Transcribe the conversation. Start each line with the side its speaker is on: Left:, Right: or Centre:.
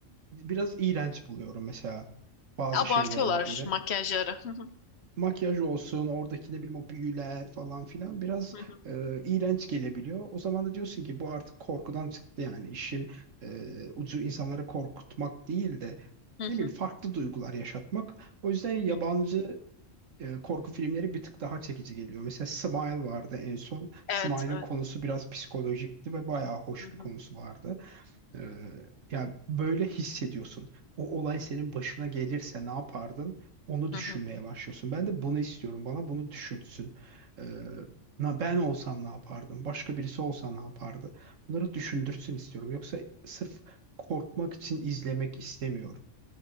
Right: Biraz iğrenç buluyorum mesela bazı
Left: Abartıyorlar
Right: şeylerine göre.
Left: makyajları. Hı hı,
Right: Makyaj olsun, oradaki ne bileyim o büyüler falan filan biraz
Left: hı hı,
Right: e, iğrenç gelebiliyor. O zaman da diyorsun ki bu artık korkudan çıktı yani işin e, ucu insanları korkutmak değil de
Left: hı
Right: ne bileyim
Left: hı,
Right: farklı duygular yaşatmak. O yüzden yabancı
Left: hı.
Right: e, korku filmleri bir tık daha çekici geliyor. Mesela Smile vardı en son. Smile'ın
Left: Evet, evet.
Right: konusu biraz psikolojikti ve bayağı hoş
Left: Hı
Right: bir
Left: hı,
Right: konusu vardı. E, yani böyle hissediyorsun. O olay senin başına gelirse ne yapardın? Onu
Left: hı
Right: düşünmeye
Left: hı.
Right: başlıyorsun. Ben de bunu istiyorum. Bana bunu düşünsün. E, na- ben olsam ne yapardım? Başka birisi olsa ne yapardı? Bunları düşündürsün istiyorum. Yoksa sırf korkmak için izlemek istemiyorum.